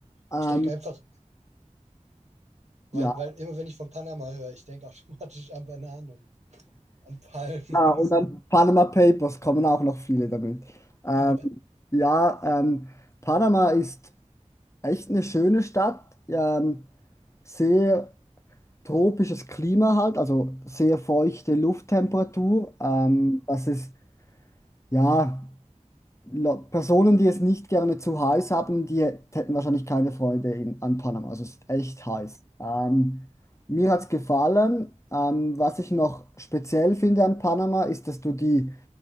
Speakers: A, on the left; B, on the right.
A: Ähm,
B: ich denke einfach, weil,
A: ja.
B: weil immer wenn ich von Panama höre, ich denke <laughs> automatisch an Bananen und an Palmen
A: ja,
B: <laughs> und
A: und
B: so.
A: dann Panama Papers kommen auch noch viele damit. Ähm,
B: Ja.
A: ja, ähm, Panama ist echt eine schöne Stadt, ähm, sehr tropisches Klima halt, also sehr feuchte Lufttemperatur. Ähm,
B: Mhm.
A: das ist, ja. La- Personen, die es nicht gerne zu heiß haben, die hätten wahrscheinlich keine Freude in, an Panama. Also es ist echt heiß. Ähm, mir hat es gefallen. Ähm, was ich noch speziell finde an Panama, ist, dass du die